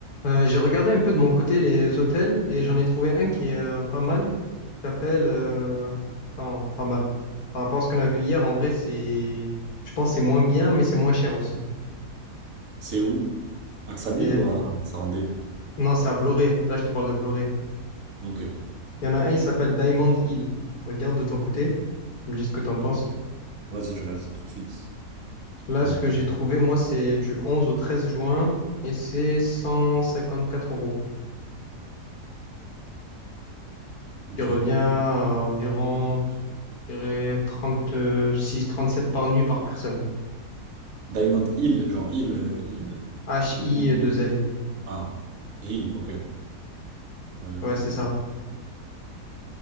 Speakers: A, on the left; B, on the right.
A: Euh, j'ai regardé un peu de mon côté les hôtels et j'en ai trouvé un qui est euh, pas mal, qui s'appelle... euh, enfin, pas mal. Par rapport à ce qu'on a vu hier, en vrai, c'est... Je pense que c'est moins bien, mais c'est moins cher aussi.
B: C'est où? À Ksamil
A: Et...
B: ou à Sarandé?
A: Non, c'est à Vloré. Là, je te parle de Vloré.
B: Ok.
A: Il y en a un, il s'appelle Diamond Hill. Regarde de ton côté. Tu me dis ce que t'en penses.
B: Vas-y, je regarde ça tout de suite.
A: Là,
B: Diamond.
A: ce que j'ai trouvé, moi, c'est du 11 au 13 juin et c'est 154 euros.
B: Diamond.
A: Qui revient à environ, je dirais, 36-37 par nuit par personne.
B: Diamond Hill, genre Hill, euh, IL?
A: H-I-2-L.
B: Ou Hill? Ah, Hill, ok. Euh,
A: Ouais, c'est ça.